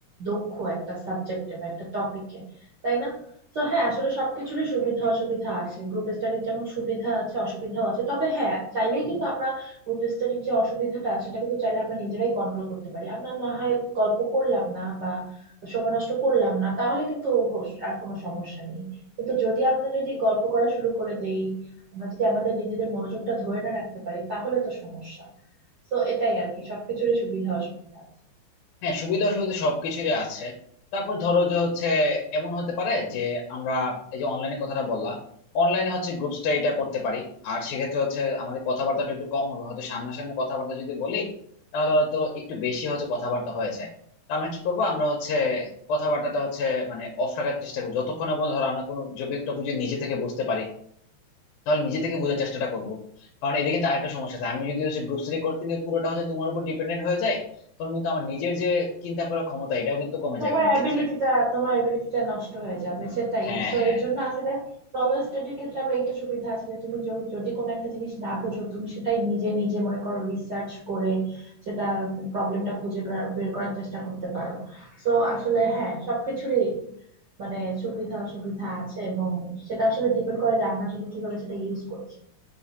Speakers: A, on the right; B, on the left.
A: দক্ষ একটা সাবজেক্টে বা একটা টপিকে তাই না তো হ্যাঁ আসলে সবকিছুরই সুবিধা অসুবিধা আছে গ্রুপ স্টাডির যেমন সুবিধা আছে অসুবিধাও আছে তবে হ্যাঁ চাইলেই কিন্তু আমরা গ্রুপ স্টাডির যে অসুবিধাটা সেটা কিন্তু চাইলে আমরা নিজেরাই কন্ট্রোল করতে পারি আমরা না হয় গল্প করলাম না বা সময় নষ্ট করলাম না তাহলে কিন্তু হোস- আর কোনো সমস্যা নেই কিন্তু যদি আমরা যদি গল্প করা শুরু করে দেই আমরা যদি আমাদের নিজেদের মনোযোগটা ধরে না রাখতে পারি তাহলে তো সমস্যা তো এটাই আর কি সবকিছুরই সুবিধা অসুবিধা আছে
B: হ্যাঁ সুবিধা অসুবিধা সবকিছুরই আছে তারপর ধরো যে হচ্ছে এমন হতে পারে যে আমরা এই যে অনলাইনে কথাটা বললাম অনলাইনে হচ্ছে গ্রুপ এটা করতে পারি আর সেক্ষেত্রে হচ্ছে আমাদের কথাবার্তাটা একটু কম হবে হয়তো সামনাসামনি কথাবার্তা যদি বলি তাহলে হয়তো একটু বেশি হচ্ছে কথাবার্তা হয়ে যায় তো আমরা কি করবো আমরা হচ্ছে কথাবার্তাটা হচ্ছে মানে অফ রাখার চেষ্টা করবো যতক্ষণ না পর্যন্ত ধরো আমরা কোনো যদি টপিক যদি নিজে থেকে বুঝতে পারি তাহলে নিজে থেকে বোঝার চেষ্টাটা করবো কারণ এদিকে কিন্তু আরেকটা সমস্যা আছে আমি যদি হচ্ছে গ্রুপ স্টাডি করতে গিয়ে পুরোটা হচ্ছে তোমার উপর ডিপেন্ডেন্ট হয়ে যায় তখন কিন্তু আমার নিজের যে চিন্তা করার ক্ষমতা এটাও কিন্তু কমে
A: তোমার
B: যায় অনেক
A: অ্যাবিলিটিটা
B: ক্ষেত্রে
A: তোমার অ্যাবিলিটিটা নষ্ট হয়ে যাবে সেটাই
B: হ্যাঁ
A: সো
B: হ্যাঁ
A: এর
B: হ্যাঁ
A: জন্য আসলে সলো স্টাডির ক্ষেত্রে আবার এইটা সুবিধা আছে যে তুমি য- যদি কোনো একটা জিনিস না বুঝো তুমি সেটাই নিজে নিজে মনে করো রিসার্চ করে সেটা প্রবলেমটা খুঁজে বের বের করার চেষ্টা করতে পারো সো আসলে হ্যাঁ সবকিছুরই মানে সুবিধা অসুবিধা আছে এবং সেটা আসলে ডিপেন্ড করে যে আমরা আসলে কিভাবে সেটা ইউজ করছি